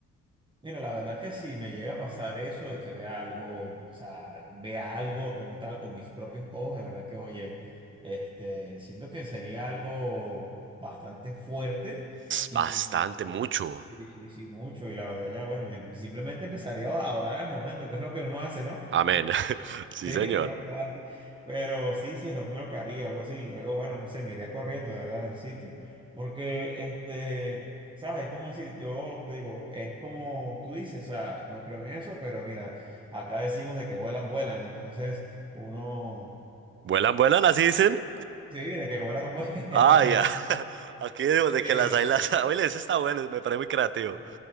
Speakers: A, on the right (about 15°); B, on the right (about 40°).
A: Mira, la verdad que si me llega a pasar eso de que vea algo, o sea, vea algo como tal con mis propios ojos, de verdad que, oye, este, siento que sería algo bastante fuerte y
B: Bastante,
A: y-
B: mucho.
A: sí, sí, sí, mucho. Y la verdad ya, bueno, yo simplemente empezaría a orar al momento, que es lo que uno hace, ¿no?
B: Amén. <laughs> Sí,
A: Sí,
B: señor.
A: todo cobarde. Pero sí, sí, es lo primero que haría, algo así. Y luego, bueno, no sé, me iría corriendo, de verdad, del sitio. Porque, este, ¿sabes? Es como decir, yo te digo, es como tú dices, o sea, no creo en eso, pero mira, acá decimos de que vuelan, vuelan. Entonces, uno,
B: ¿Vuelan, vuelan? ¿Así dicen?
A: sí, de que vuelan, <laughs> vuelan.
B: Ah, ya. <laughs> Aquí decimos
A: Sí,
B: de que las hay, las hay. <laughs> Oye, ese está bueno, me parece muy creativo.
A: Sí,